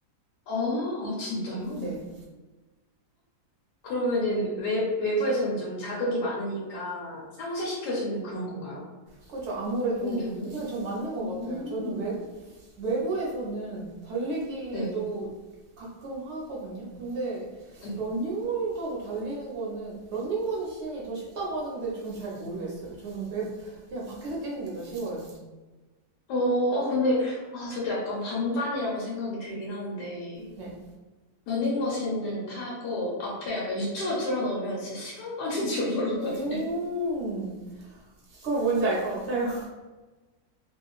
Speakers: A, on the left; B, on the right.
A: 아, 아, 진짜요?
B: 네.
A: 그러면은 외, 외부에서는 좀 자극이 많으니까 상쇄시켜주는 그런 건가요?
B: 그렇죠. 아무래도
A: 힘듦을?
B: 근데 전 맞는 것
A: 음,
B: 같아요. 저는 외국 외부에서는 달리기도
A: 네,
B: 가끔 하거든요. 근데
A: 네.
B: 런닝머신 타고 달리는 거는 런닝머신이 더 쉽다고 하는데 전 잘 모르겠어요. 저는 외 그냥 밖에서 뛰는 게 더 쉬워요.
A: 어, 어, 근데, 아, 저도 약간 반반이라고 생각이 들긴 하는데,
B: 네.
A: 러닝머신은 타고, 앞에 약간 유튜브 틀어놓으면 진짜 시간 가는 줄 모르거든요.
B: 음, 그거 뭔지 알 것 같아요.